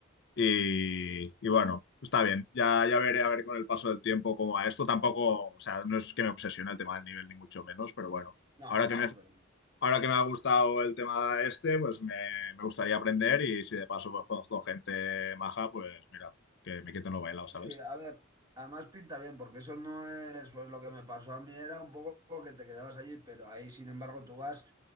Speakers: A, on the left; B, on the right.
A: Y, y bueno, está bien, ya, ya veré a ver con el paso del tiempo cómo va esto. Tampoco, o sea, no es que me obsesione el tema del nivel, ni mucho menos, pero bueno,
B: No,
A: ahora que
B: hombre.
A: me has ahora que me ha gustado el tema este, pues me, me gustaría aprender y si de paso pues conozco gente maja, pues mira, que me quiten lo bailado,
B: Sí,
A: ¿sabes?
B: a ver, además pinta bien, porque eso no es, pues lo que me pasó a mí era un poco que te quedabas allí, pero ahí sin embargo tú vas